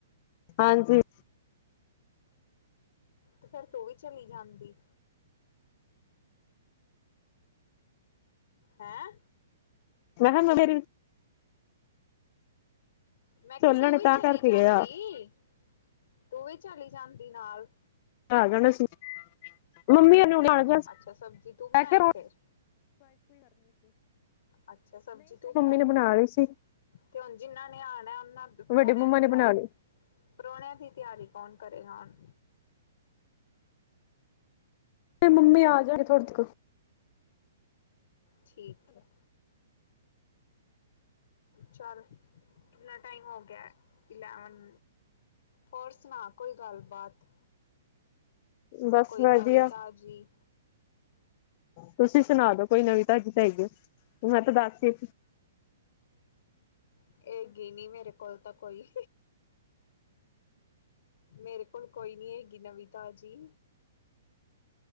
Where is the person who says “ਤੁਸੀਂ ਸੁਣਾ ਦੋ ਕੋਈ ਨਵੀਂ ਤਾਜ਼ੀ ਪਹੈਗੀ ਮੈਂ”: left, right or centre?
Left